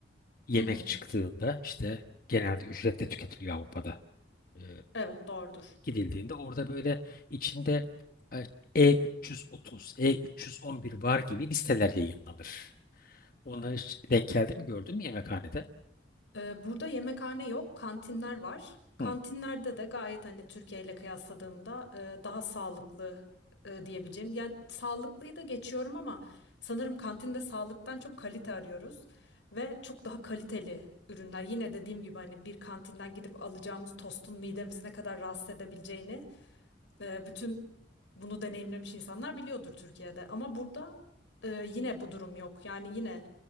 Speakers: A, on the left; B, on the left.
A: yemek
B: Hı hı.
A: çıktığında işte genelde ücretle tüketiliyor Avrupa'da. Ee,
B: Evet doğrudur.
A: gidildiğinde orada böyle içinde e, E330, E311 var gibi listeler yayınlanır. Onları hiç denk geldi mi gördün mü yemekhanede?
B: Ee, Burada yemekhane yok, kantinler var. Kantinlerde
A: Hı.
B: de gayet hani Türkiye ile kıyasladığımda e, daha sağlıklı e, diyebileceğim. Yani sağlıklıyı da geçiyorum ama sanırım kantinde sağlıktan çok kalite arıyoruz ve çok daha kaliteli ürünler. Yine dediğim gibi hani bir kantinden gidip alacağımız tostun midemizi ne kadar rahatsız edebileceğini e, bütün bunu deneyimlemiş insanlar biliyordur Türkiye'de. Ama burada e, yine bu durum yok. Yani yine